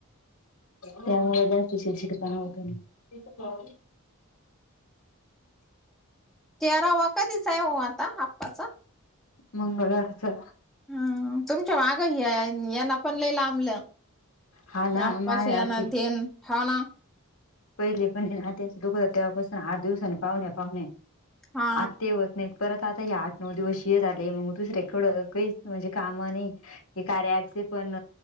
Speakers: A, on the left (about 75°); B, in the centre.
A: त्यामुळे जास्ती चिडचिडपणा होतो ना.
B: तेरावा कधीच आहे हो, आता आप्पाचा?
A: मंगळवारचा.
B: अ.. तुमच्या माघ ही आहे, यांना पण लई लांबलं.
A: हा ना
B: त्या आप्पाची
A: माझ्या आती
B: आनं, तेन हो ना?
A: पहिले पण नातचं दुख, तेव्हापासून आठ दिवसानी पाहुण्या पाहुणे.
B: हा
A: आत्ते होत नाही. परत आता हे आठ नऊ दिवस ये झाले, मग दुसरेकड काहीच म्हणजे काम नही. हे कार्या आजचे पण